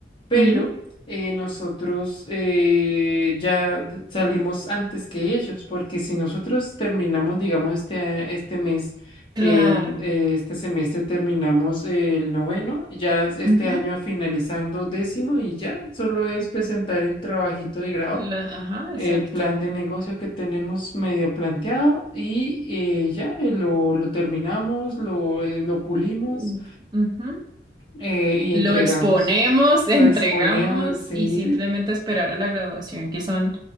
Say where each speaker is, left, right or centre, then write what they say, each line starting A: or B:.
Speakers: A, on the left; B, on the right.
A: pero
B: Ujú,
A: eh, nosotros eh, ya d- salimos antes que ellos, porque si nosotros terminamos, digamos, este, este mes,
B: Claro.
A: en, eh, este semestre terminamos el noveno, ya es este
B: Ujú,
A: año finalizando décimo y ya solo es presentar el trabajito de grado.
B: la- ajá,
A: el
B: exacto.
A: plan de negocio que tenemos medio planteado y eh, ya eh, lo, lo terminamos, lo, eh, lo pulimos
B: Mm, ujú.
A: eh, y
B: Lo
A: entregamos.
B: exponemos, <laughs> entregamos
A: Lo exponemos, sí,
B: y simplemente esperar a la graduación, que son